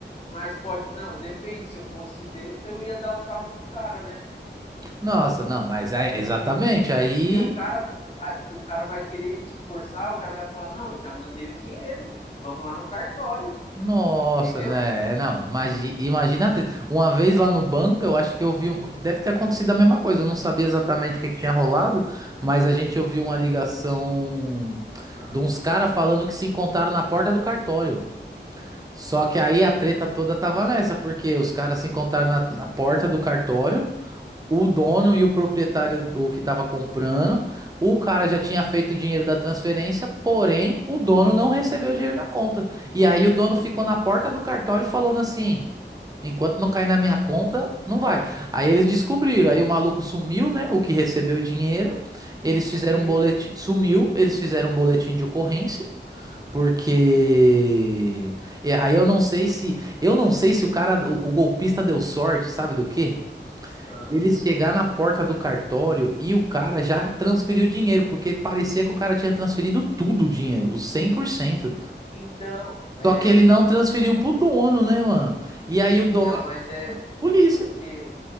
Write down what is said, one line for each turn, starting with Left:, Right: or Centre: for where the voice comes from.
Left: Mas pode. Não, depende. Se eu fosse besta, eu ia dar o carro pro cara, né?
Right: Nossa, não, mas é exatamente aí.
Left: Porque o cara, ai, o cara vai querer te forçar, o cara vai falar, não, eu já mandei o dinheiro, vamos lá no cartório,
Right: Nossa,
Left: entendeu?
Right: né? Não, imagi- imagina, a treta. Uma vez lá no banco, eu acho que eu vi. um- Deve ter acontecido a mesma coisa. Eu não sabia exatamente o que que tinha rolado, mas a gente ouviu uma ligação
Left: Ah,
Right: de uns caras falando que se encontraram na porta do cartório. Só que aí a treta
Left: certo,
Right: toda tava nessa, porque os caras se encontraram na, na porta do cartório. o dono e o proprietário o que estava comprando, o cara já tinha feito o dinheiro da transferência, porém o dono não recebeu o dinheiro na conta. E aí
Left: isso.
Right: o dono ficou na porta do cartório falando assim: enquanto não cair na minha conta, não vai. Aí eles descobriram, aí o maluco sumiu, né? O que recebeu o dinheiro, eles
Left: Sumiu.
Right: fizeram um boletim, sumiu, eles fizeram um boletim de ocorrência. Porque é, aí eu não sei se eu não sei se o cara, o o golpista deu sorte, sabe do quê?
Left: Ah.
Right: Ele chegar na porta do cartório e o cara já transferiu o dinheiro, porque parecia que o cara tinha transferido tudo o dinheiro, os 100%.
Left: Então, é,
Right: Só que ele não
Left: en-
Right: transferiu pro dono, né, mano? E aí o
Left: então,
Right: dono,
Left: mas é
Right: polícia.
Left: porque